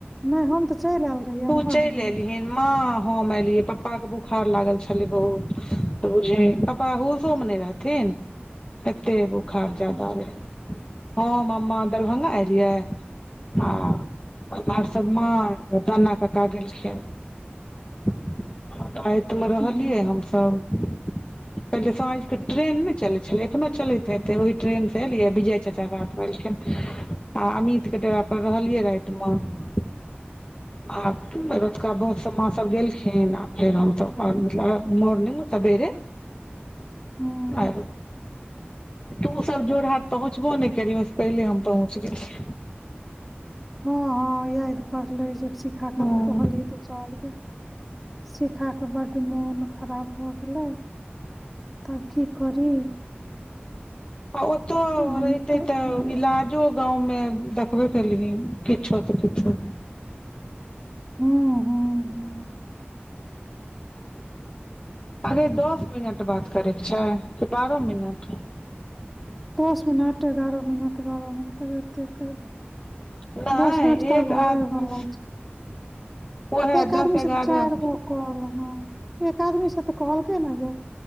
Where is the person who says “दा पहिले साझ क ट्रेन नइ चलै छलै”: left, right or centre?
Left